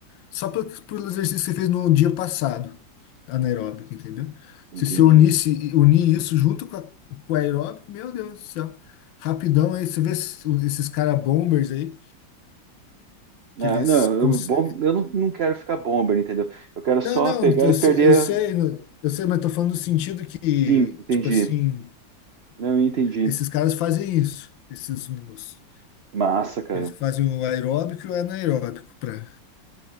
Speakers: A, on the left; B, on the right.
A: só pelo, pelo exercício que você fez no dia passado, anaeróbico, entendeu?
B: entendi.
A: Se você unisse, unir isso junto com, a, com o aeróbico, meu Deus do céu. Rapidão aí, você vê esses, esses cara bombers aí, que
B: Ah,
A: eles...
B: não,
A: cons-
B: eu, bom, eu não, não quero ficar bomber, entendeu? Eu quero só
A: Não, não,
B: pegar
A: eu
B: e perder.
A: sei, eu sei, eu sei, mas tô falando no sentido que,
B: Sim, entendi.
A: tipo assim,
B: Não, eu entendi.
A: esses caras fazem isso, esses mimos.
B: Massa, cara.
A: Eles fazem o aeróbico e o anaeróbico pra,